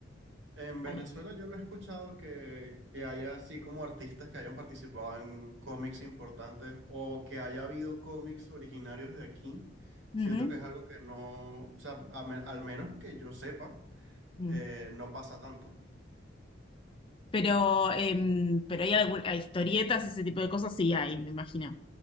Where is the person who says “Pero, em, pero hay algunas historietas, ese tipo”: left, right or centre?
Left